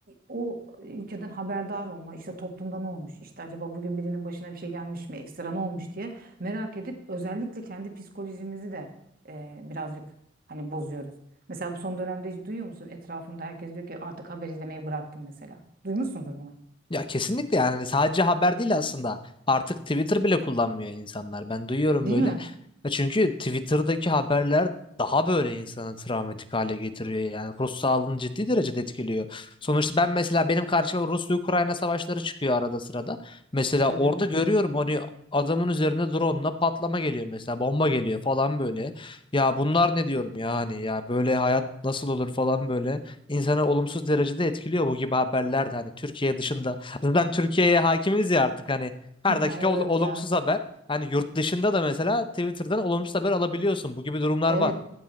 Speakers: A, on the right; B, on the left.
A: o ülkeden haberdar olma, işte toplumda ne olmuş, işte acaba bugün birinin başına bir şey gelmiş mi, ekstra ne olmuş diye merak edip özellikle kendi psikolojimizi de e, birazcık hani bozuyoruz. Mesela bu son dönemde hiç duyuyor musun? Etrafında herkes diyor ki artık haber izlemeyi bıraktım mesela. Duymuşsundur bunu.
B: Ya kesinlikle yani hani sadece haber değil aslında. Artık Twitter bile kullanmıyor insanlar. Ben duyuyorum
A: Değil
B: böyle.
A: mi?
B: Ya Çünkü Twitter'daki haberler daha böyle insanı travmatik hale getiriyor. Yani ruh sağlığını ciddi derecede etkiliyor. Sonuçta ben mesela benim karşıma Rusya-Ukrayna savaşları çıkıyor arada sırada. Mesela
A: Hı
B: orada
A: hı.
B: görüyorum hani adamın üzerine drone'la patlama geliyor mesela bomba geliyor falan böyle. Ya bunlar ne diyorum yani ya böyle hayat nasıl olur falan böyle. İnsanı olumsuz derecede etkiliyor bu gibi haberler de hani Türkiye dışında Zaten Türkiye'ye hakimiz ya artık hani her
A: <laughs>
B: dakika
A: Evet
B: ol- olumsuz
A: ya.
B: haber. Hani yurt dışında da mesela Twitter'dan olumsuz haber alabiliyorsun. Bu gibi durumlar
A: Evet.
B: var.